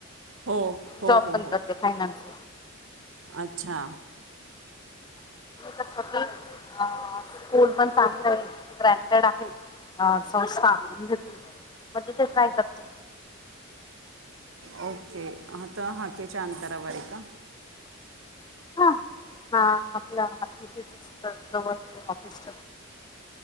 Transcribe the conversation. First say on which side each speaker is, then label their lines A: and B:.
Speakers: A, on the right; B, on the left.
A: हो हो
B: जॉब
A: हो
B: पण
A: हो
B: करते फायनान्स
A: अच्छा
B: कसव क अ स्कूल पण चांग रा ग्रँटेड आहे. ह सस् मग तिथे काय करते.
A: ओके हता हाकच्या अंतरावर आहे का?
B: हा हा आपल्या इथेचत जवळचे ऑफिस